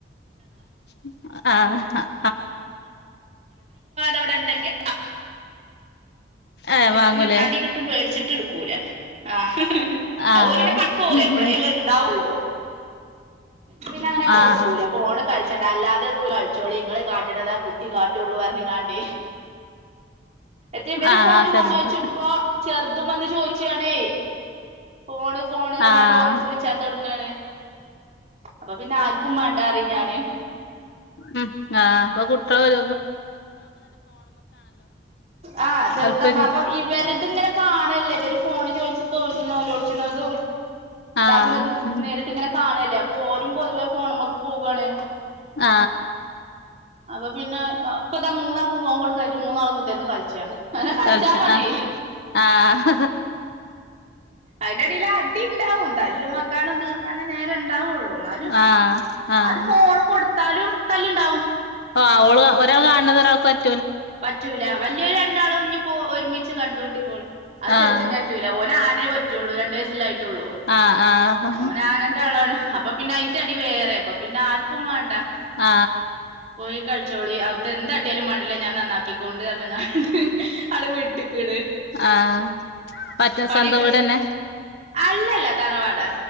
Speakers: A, on the left (about 65°); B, on the right (about 35°).
A: ആ
B: ഇവിടെയുണ്ടെങ്കിൽ
A: ഏഹ് വാങ്ങൂലേ
B: പിന്നെ അടി കിട്ടും പേടിച്ചിട്ട് ഇട്ക്കൂല ആ അഹ്
A: ആഹ്
B: ഓല് പിന്നെ പണിക്ക് പോകൂല എപ്പളെല ഇണ്ടാവുള്ളു പിന്നെ അങ്ങനെ കൊടുക്കൂല
A: ആഹ്
B: ഫോണ് കളിച്ചണ്ട അല്ലാതെ കളിച്ച മതി ചോളി ഇങ്ങള് കാട്ട്ണത് കുട്ടി കാട്ടുള്ളൂ പറഞ്ഞ് കാണ്ട് റ്റേ ഇവര്
A: ആഹ്
B: ഫോണ്
A: ചെറുത്
B: ഫോൺ ചെയ്ച്ചുമ്പോ ചെറുതും വന്ന് ചോയ്ച്ചാണേ ഫോണ് ഫോണ് അറ്നാൻണ്ട്
A: ആഹ്
B: ഓനും ചോയ്ച്ചാൻ തോടങ്ങാണ് അപ്പ പിന്നെ ആർക്കും മാണ്ടാ പറയും ഞാൻ
A: ഉ ആ അപ്പൊ കുട്ടികൾ
B: ആ ചെറുതാബോ
A: താല്പര്യം
B: അപ്പ ഇവരെത് ഇങ്ങനെ കാണുമ്പോൾ ണല്ല ഇവര് ഫോണ് ചോയ്ച്ച് ന്നോള്ളോ ച്ച്ണതും ഇതാക്ണതും
A: ആഹ്
B: നേരിട്ട് ഇങ്ങനെ കാണല്ലേ അപ്പൊ ഓനും പൊതുവേ ഫോണ് മ്മക്ക് പോവാണ്
A: ആ
B: അപ്പ പിന്നെ ഇപ്പതാ മൂന്നാക്കും ഫോൺ കൊടുക്കായിട്ട് മൂന്നാളും കുത്തിരിന്ന് കളിച്ചാണ് അന്ന കൾച്ചാ
A: കളിച്ച
B: മതി
A: ആഹ് ആഹ്
B: അയിന്റെ ഇടിയിൽ അടി ണ്ടാവും തല്ലും വക്കാണും തീർക്കാനേ നേരെണ്ടാവുള്ളു ന്നാലും
A: ആഹ് ആഹ്
B: അത് ഫോണ് കൊട്ത്താലും തല്ല്ണ്ടാവും
A: ആ ഓള് ഒരാള് കാണുന്നത് ഒരാൾക്ക് പറ്റുല്ല
B: പറ്റൂല വല്ല്യോല് രണ്ടാളും ഇഞ്പ്പോ ഒ ഒരുമിച്ച് കണ്ടുട്ടിക്കോളി അത്
A: ആഹ്
B: ചെറുതിന് പറ്റുല്ല ഓന് ആനെ പറ്റ രണ്ട് വയസ്സെല്ലേ ആയിട്ടുള്ളൂ
A: ആഹ് ആഹ്
B: ഓൻ ആനന്റെ ആളാണ് അപ്പ പിന്നെ അയ്ന്റെ അടി വേറെ അപ്പം പിന്നെ ആർക്കും വേണ്ട
A: ആ
B: പോയി കൾച്ചോളി അൾക്ക് എന്താ കാട്ടി യാലും മാണ്ടില്ല നക്കിക്കൊണ്ട് പറഞ്ഞ് കാട്ട് വിട്ട്ക്ക്ണ്
A: ആ മറ്റേ
B: പണിയൊക്കെ
A: സ്വന്തം വീടന്നെ
B: അല്ലല്ല തറവാട്